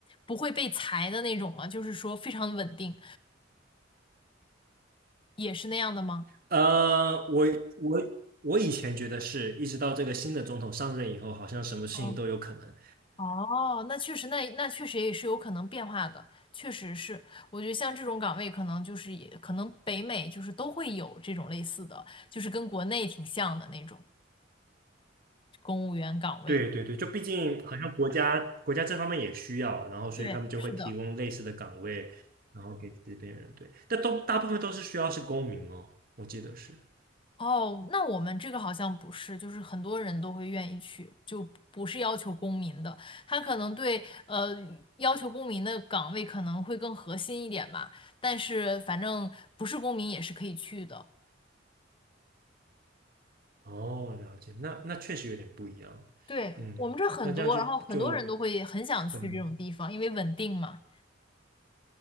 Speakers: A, on the left (about 25°); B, on the right (about 50°).
A: 不会被裁的那种吗？就是说非常稳定，也是那样的吗？
B: 呃，我我我以前觉得是，一直到这个新的总统上任以后，好像什么事情都有可能。
A: 哦哦，那确实，那那确实也是有可能变化的，确实是。我觉得像这种岗位，可能就是也可能北美就是都会有这种类似的，就是跟国内挺像的那种公务员岗位。
B: 对对对，就毕竟好像国家国家这方面也需要，然后所以他们就会提供类似的岗位，
A: 对，是的。
B: 然后给这边人。对，但都大部分都是需要是公民哦，我记得是。
A: 哦，那我们这个好像不是，就是很多人都会愿意去，就不是要求公民的，他可能对呃要求公民的岗位可能会更核心一点吧，但是反正不是公民也是可以去的。
B: 哦，了解，那那确实有点不一样。
A: 对，
B: 嗯，
A: 我们这儿很多，
B: 那这样就就
A: 然后很多人都会很想去这种地方，
B: 可能，
A: 因为稳定嘛，